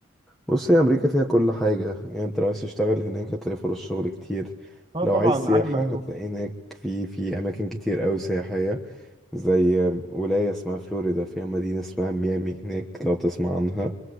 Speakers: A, in the centre; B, on the right.
A: بص هي أمريكا فيها كل حاجة يعني أنت لو عايز تشتغل هناك هتلاقي فرص شغل كتير
B: اه
A: لو
B: طبعا
A: عايز سياحة
B: عالم مفتوح
A: هتلاقي هناك في في أماكن كتير أوي سياحية زي ولاية اسمها فلوريدا فيها مدينة اسمها ميامي هناك لو تسمع عنها